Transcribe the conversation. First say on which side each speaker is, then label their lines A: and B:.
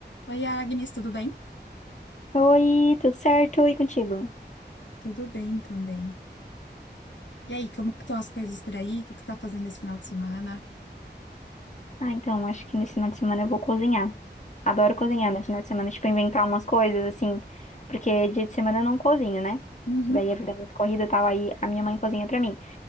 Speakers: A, on the left (about 85°); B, on the left (about 40°).
A: Oi, Agnes, tudo bem?
B: Oi, tudo certo? E contigo?
A: Tudo bem também. E aí, como que estão as coisas por aí? O que que está fazendo esse final de semana?
B: Ah, então, acho que nesse final de semana eu vou cozinhar. Adoro cozinhar no final de semana, tipo, inventar umas coisas, assim, porque dia de semana eu não cozinho, né?
A: Uhum.
B: Daí a vida é muito corrida e tal, aí a minha mãe cozinha pra mim.